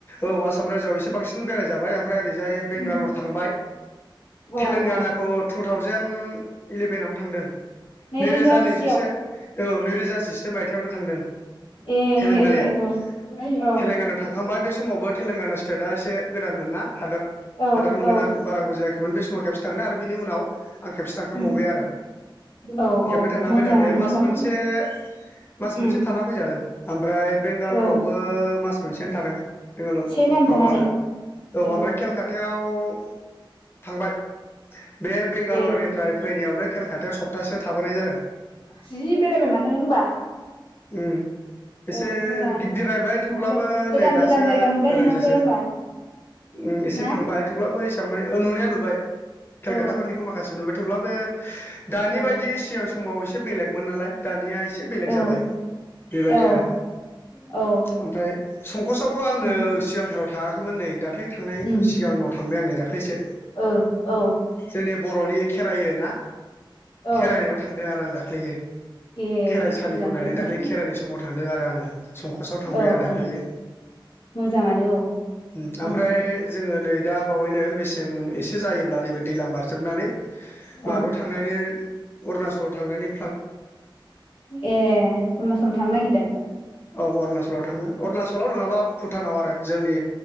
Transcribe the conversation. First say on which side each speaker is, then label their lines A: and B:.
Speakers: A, on the left; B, on the left.
A: औ साम रायजोआव एसे बांसिन बेराय जाबाय ओमफ्राय ओरैजाय बेंगालर
B: उम
A: थांबाय
B: औ
A: थेलेंगानाखौ
B: औ
A: टु थावजेेन इलेभेनावनो थांदों।
B: नै
A: नैरोजा
B: रोजा
A: नैजिसे
B: जिसेयाव?
A: औ नैरोजा जिसे मायथायाव नों थांदों
B: ए
A: तेलेंगानायाव
B: औ औ
A: तेलेंगानायाव थांखांबाय बे स समावबोे थेलेंगाना स्टेटआ एसे गोदानमोन ना हादोर
B: औ
A: हादोर गोदान
B: औ
A: बारा गोबाव जायाखैमोन बे समाव खेबसे थांदों आरो बिनि उनाव आं खेबसे थांखबावबाय
B: उम
A: आरो
B: औ
A: खेबनै
B: औ
A: थांना
B: मोजाङानो
A: बै आं‌ बेहाय मास
B: होनबाथ'
A: मोनसे मास मोनसे
B: उम
A: थाना फैजादों ओमफ्राय बेंगालरावबो
B: ओ
A: मास मोनसेनो थादों बेगालरफ्राव
B: से दान थानानै
A: आरो औ
B: ए
A: आमफ्राय केलकातायाव अ थांबाय बे बेंगालरनिफ्राय
B: ए
A: फैनायावनो केलकातायाव सप्तासे थाबोनाय जादों।
B: जि बेरायबाय माथो नों होमबा।
A: उम एसे
B: ओ मोजाङानो
A: गिददिरायबाय थेवब्लाबो
B: नोंहासो गोदान
A: नै दासो
B: गोदान जायगा नुबाय
A: बेरायजासै
B: नोंहासो होमबा
A: उम एसे
B: ना
A: थांबाय थेवब्लाबो ए माने ओ नुनाया नुबाय केलकाताफोरनिखौ
B: औ
A: माखासे नुबाय थेवब्लाबो दानि
B: औ
A: बायदि सिगां समाव एसे बेलेगमोन नालाय दानिया एसे बेलेग
B: औ
A: जाबाय बेबायदि
B: औ
A: आरो
B: औ
A: ओमफ्राय संकसआवबो आङो
B: उम
A: सिगांथाराव थाङाखैमोन नै दाख्लै थांनाय
B: उम
A: सिगाङाव थांबाय आंनो दा दाख्लैसो।
B: ओ औ
A: जोंनि बर'नि खेरायो ना
B: औ
A: खेरायनायाव थांदों आरो आं दाख्लैयो।
B: ए
A: खेराइसालिखौ
B: मोजांलै
A: नायदों
B: होमबा
A: दाख्लै खेराइनाय समाव थांदों आरो आङो संकसआव थांबाय
B: औ
A: आरो दाख्लैयो।
B: औ मोजाङानो औ।
A: ओम ओमफ्राय
B: उम
A: जोङो नै दा बावैनो मेसें एसे जायोब्ला नैबे दैलां बारजोबनानै माबायाव
B: औ
A: थांनानै अरुणाचलाव थांनानै
B: ए अरुनाचलाव थांनो नागिरदों।
A: औ अरुणाचलाव थांगोन अरुणाचलाव नङाबा भुटानाव आरो जोंनि